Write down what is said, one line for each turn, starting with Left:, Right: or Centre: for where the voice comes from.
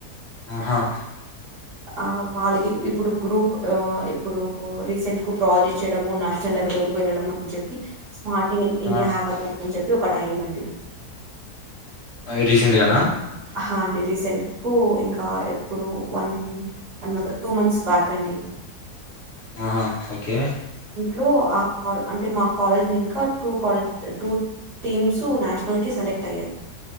Left: ఆహా
Right: ఆ వాళ్ళకి ఇప్పుడు గ్రూప్ ఆ ఇప్పుడు రీసెంట్ కు ప్రాజెక్ట్ చేయడము నేషనల్ లెవెల్ వరకు వెళ్ళడం అని చెప్పి స్మార్టింగ్ ఇన్ ఇండియా
Left: ఆ
Right: హ్యాక్ అకౌంట్ అని చెప్పి ఒకటి అయ్యిందండి
Left: ఐ రీసెంట్ గానా
Right: హా అండి రీసెంట్ కు ఇంకా ఎప్పుడు one one month two months back అండి
Left: ఆహా ఓకే
Right: లో ఆకు ఆల్ అంటే మా కాలేజ్ ని ఇంకా టూ కాలేజ్ టూత్ టీమ్స్ నేషనల్ కి సెలెక్ట్ అయ్యాయి